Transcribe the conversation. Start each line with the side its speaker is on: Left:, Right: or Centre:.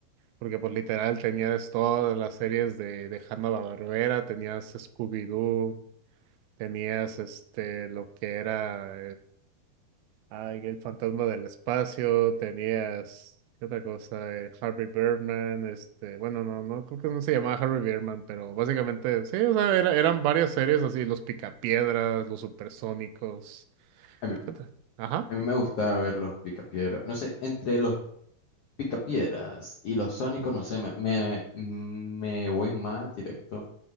Right: porque pues literal tenías todas las series de de Hanna-Barbera, tenías Scooby-Doo, tenías este lo que era Ay, el fantasma del espacio, tenías, ¿qué otra cosa? Eh, Harvey Birdman, este, bueno, no, no, creo que no se llamaba Harvey Birdman, pero básicamente, sí, o sea, era- eran varias series así, los Picapiedras, los Supersónicos,
Left: A mí,
Right: ¿qué otra? Ajá.
Left: a mí me gustaba ver los Picapiedra. No sé, entre los Picapiedras y los Sónicos, no sé, me, me, me voy más directo